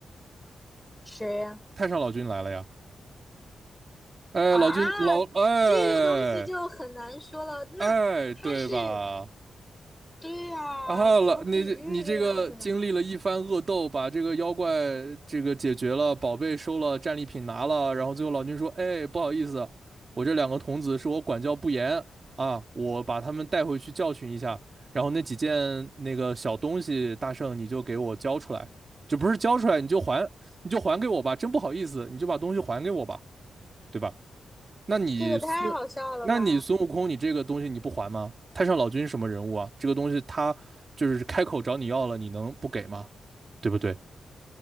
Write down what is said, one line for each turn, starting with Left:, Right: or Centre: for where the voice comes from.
Centre: 谁呀、
Right: 太上老君来了呀！哎，
Centre: 啊，
Right: 老君老哎
Centre: 这个东西就很难说了。那他是，
Right: 哎，对吧？
Centre: 对呀，
Right: 然后老你你这个经历了一番恶斗，
Centre: 怎么可以这个样子呢？
Right: 把这个妖怪这个解决了，宝贝收了，战利品拿了，然后最后老君说：“哎，不好意思，我这两个童子是我管教不严啊，我把他们带回去教训一下。然后那几件那个小东西，大圣你就给我交出来，就不是交出来，你就还，你就还给我吧，真不好意思，你就把东西还给我吧，对吧？”那你孙，
Centre: 这个太好笑了吧？
Right: 那你孙悟空，你这个东西你不还吗？太上老君什么人物啊？这个东西他就是开口找你要了，你能不给吗？对不对？